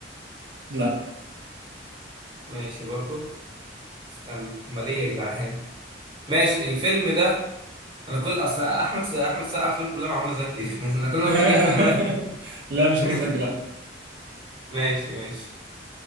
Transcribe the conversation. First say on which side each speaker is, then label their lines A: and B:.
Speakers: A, on the right; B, on the right.
A: لا
B: ماشي برضه استنى امال ايه يا جدعان ماشي الفيلم ده انا كل اصل احمد احمد السقا افلام كلها مع منى زكي <laughs> انا كل ما
A: <laughs>
B: افتكر الفيلم الاقي
A: لا مش
B: <laughs>
A: منى زكي لا
B: ماشي ماشي